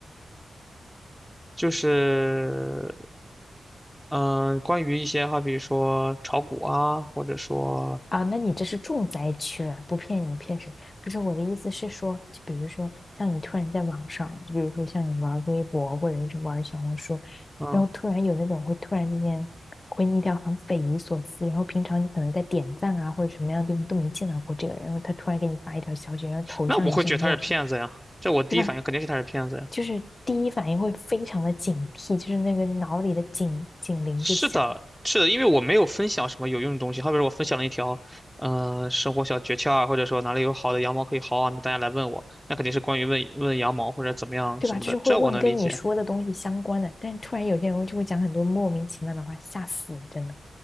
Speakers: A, in the centre; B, on the left (about 30°).
A: 就是嗯、呃关于一些好比如说炒股啊，或者说
B: 啊，那你这是重灾区了，不骗你骗谁？不是我的意思是说，就比如说像你突然在网上，就比如说像你玩微博或者是玩小红书，
A: 嗯，
B: 然后突然有那种会突然之间回你一条很匪夷所思，然后平常你可能在点赞啊或者什么样的地方都没见到过这个人，然后他突然给你发一条消息，然后头像也是很陌生，
A: 那我会觉得他是骗子呀，这我第一反应肯定是他是骗子呀。
B: 对吧？就是第一反应会非常的警惕，就是那个脑里的警警铃就响了。
A: 是的，是的，因为我没有分享什么有用的东西，好比说我分享了一条，嗯，生活小诀窍啊，或者说哪里有好的羊毛可以薅啊，那大家来问我，那肯定是关于问问羊毛或者怎么样什么的，
B: 对吧？就是会问跟你说的东西相关的，
A: 这我能理解。
B: 但是突然有些人就会讲很多莫名其妙的话，吓死你，真的。